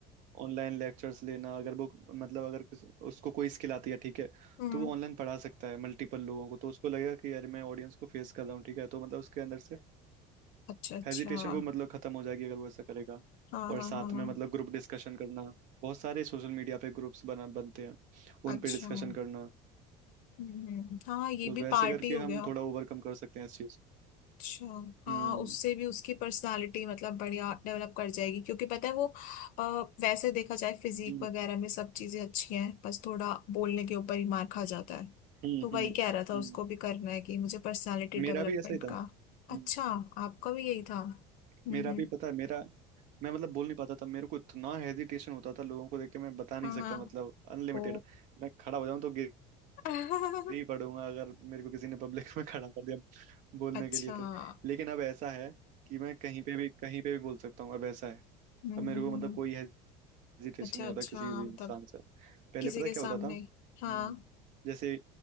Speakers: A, on the right; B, on the left.
A: ऑनलाइन लेक्चर्स लेना अगर वो मतलब अगर किस- उसको कोई स्किल आती है ठीक है
B: हम्म
A: तो वो ऑनलाइन पढ़ा सकता है मल्टीपल लोगों को तो उसको लगेगा कि यार मैं ऑडियंस को फेस कर रहा हूँ ठीक है तो मतलब उसके अंदर से
B: अच्छा अच्छा
A: हेजिटेशन
B: हाँ
A: वो मतलब खत्म हो जाएगी अगर वो ऐसा करेगा
B: हाँ
A: और
B: हाँ
A: साथ
B: हाँ।
A: में मतलब ग्रुप डिस्कशन करना बहुत सारे सोशल मीडिया पे ग्रुप्स बना बनते हैं उन
B: अच्छा
A: पे डिस्कशन
B: हम्म
A: करना
B: हम्म। हाँ ये
A: तो
B: भी
A: वैसे
B: पार्टी
A: करके
B: हो
A: हम
B: गया
A: थोड़ा ओवरकम कर सकते हैं इस चीज को
B: अच्छा हाँ
A: हम्म
B: उससे भी उसकी पर्सनालिटी मतलब बढ़िया डेवलप कर जाएगी क्योंकि पता है वो अ, वैसे देखा जाए फिजिक
A: हम्म
B: वगैरह में सब चीजें अच्छी हैं बस थोड़ा बोलने के ऊपर ही मार खा जाता है
A: हम्म
B: तो वही
A: हम्म
B: कह रहा था
A: हम्म।
B: उसको भी करना है कि मुझे पर्सनालिटी
A: मेरा
B: डेवलपमेंट
A: भी ऐसा ही था
B: का अच्छा
A: हम्म
B: आपका भी यही था हम्म
A: मेरा
B: हम्म
A: भी पता है मेरा मैं मतलब बोल नहीं पाता था मेरे को इतना हेजिटेशन होता था लोगों को देख के मैं बता नहीं
B: हाँ
A: सकता
B: हाँ
A: मतलब अनलिमिटेड
B: ओ
A: मैं खड़ा हो जाऊं तो गिर
B: <laughs>
A: ही पड़ूंगा अगर मेरे को किसी ने पब्लिक <laughs> में खड़ा कर दिया बोलने
B: अच्छा
A: के लिए तो
B: हम्म
A: लेकिन अब ऐसा है कि मैं कहीं पे भी कहीं पे भी बोल सकता हूँ अब ऐसा है
B: हम्म
A: अब
B: हम्म,
A: मेरे को
B: हम्म।
A: मतलब कोई हेजिटेशन
B: अच्छा
A: नहीं
B: अच्छा
A: होता किसी भी
B: मतलब
A: इंसान से पहले
B: किसी
A: पता
B: के
A: क्या
B: सामने
A: होता था हम्म
B: हाँ
A: जैसे